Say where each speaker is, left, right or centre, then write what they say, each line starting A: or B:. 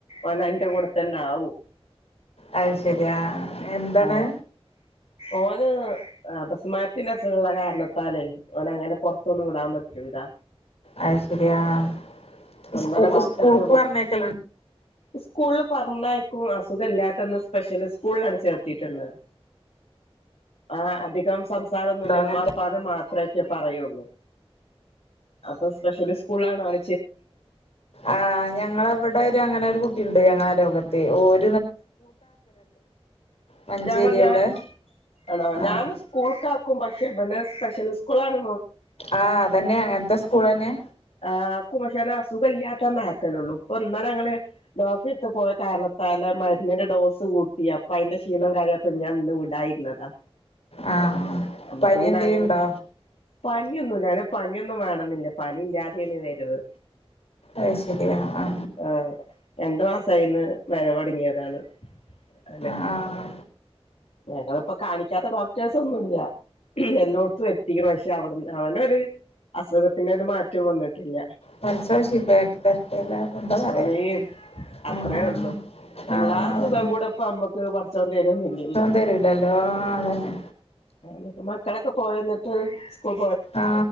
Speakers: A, on the left; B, on the left.
A: ഓന് എന്റെ കൂടെത്തന്നെ ആവും
B: അത് ശരി ആഹ് എന്താണ്
A: ആ ഓന് അപസ് അപസ്മാരത്തിന്റെ അസുഖമുള്ള കാരണത്താല് ഓനെ അങ്ങനെ പുറത്തൊന്ന് വിടാൻ പറ്റൂലാ
B: അയ് ശരി ആഹ്
A: ഇന്നലെ
B: സ്കൂ
A: ഡോക്ടറെടുത്ത്
B: സ്കൂളക്ക്
A: പോ
B: പറഞ്ഞയക്കല
A: സ്കൂളിൽ പറഞ്ഞയിക്കും അസുഖ ഇല്ലാത്തന്ന സ്പെഷ്യല് സ്കൂളിലാണ് ചേർത്തിട്ടുള്ളത് ആ അധികം സംസാ സംസാരമൊന്നുമില്ല
B: അങ്ങനത്തെ
A: ഉമ്മ ഉപ്പ ന്നു മാത്രമേ ഒക്കെ പറയുള്ളൂ അപ്പൊ സ്പെഷ്യലി സ്കൂളാണ് ഓൻ
B: ആ ഞങ്ങളവിടെ അങ്ങനെ ഒരു കുട്ടിയുണ്ട് ഞങ്ങള അയലോകത്ത് ഓട്ടിസം മഞ്ചേരി
A: ഞങ്ങൾ ഞാൻ
B: അവിടെ
A: ആണോ
B: ആഹ്
A: ഞാൻ സ്കൂൾക്കാക്കും പക്ഷെ ഇവന് സ്പെഷ്യൽ സ്കൂളാണ്
B: ആ അതന്നെ അങ്ങനത്തെ കുളനെ
A: ആ ആക്കും പക്ഷേനെ അസുഖ ഇല്ലാത്തന്ന ആക്കാനള്ളൂ ഇപ്പൊ ഇന്നാ ഞങ്ങള് ഡോക്ടറെ എടുത്ത് പോയ കാരണത്താലെ മരുന്നിന്റെ ഡോസ് കൂട്ടി അപ്പ അതിന്റെ ക്ഷീണം കഴിയപ്പ ഞാൻ ഇന്ന് വിടായിരുന്നതാ
B: ആഹ്
A: നമ്മക്ക്
B: പനി
A: പിന്നെ
B: എന്തേലുണ്ടോ
A: അങ്ങ് പനിയൊന്നും ഞാന് പനിയൊന്നും വേണമില്ല പനി ഇല്ലാതെ ക്കോ വരവ്
B: അയ് ശരി ആ ആ ആ
A: ആഹ് രണ്ടു മാസമായിന്ന് വരവ് തുടങ്ങിയതാണ് അതെ
B: ആഹ് ആഹ്
A: ഞങ്ങളിപ്പോ കാണിക്കാത്ത ഡോക്ടേഴസ് ഒന്നുമില്ല എല്ലേടുത്തും എത്തിക്കണം പക്ഷെ അവടു അവനൊരു അസുഖത്തിന്റെ ഒരു മാറ്റം വന്നിട്ട് ഇല്ല
B: പടച്ചോൻ ശിഫയാക്കി തരട്ടെ എല്ലാർക്കും എന്താ പറയാ
A: ആമീൻ അത്രയേ
B: ആഹ്
A: ഉള്ളൂ എല്ലാ
B: ആഹ് അതന്നെ
A: സുഖം കൂടെ അപ്പം നമുക്ക് പടച പടച്ചോൻ തരിന്ന് ല്ലെങ്കിലോ
B: തരലല്ലോ അതന്നെ
A: അനക്ക് മക്കളൊക്കെ പോയോ എന്നിട്ട് സ്കൂൾ
B: ആ